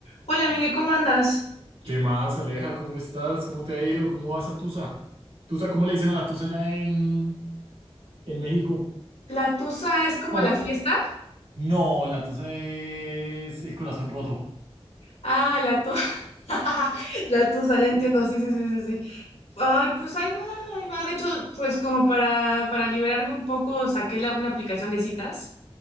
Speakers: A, on the left; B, on the right.
A: Hola, Miguel, ¿cómo andas?
B: ¿Qué más, Aleja? ¿Cómo estás? ¿Cómo te ha ido? ¿Cómo vas a Tusa? Tusa, ¿cómo le dicen a la Tusa allá en, en México?
A: ¿La tusa es como
B: ¿Cómo?
A: la fiesta?
B: No, la Tusa es el corazón roto.
A: Ah, la tusa. <laughs> La tusa, ya entiendo, sí, sí, sí, sí, sí. Ay, pues ahí va, ahí va. De hecho, pues como para, para liberarme un poco, saqué la, una aplicación de citas,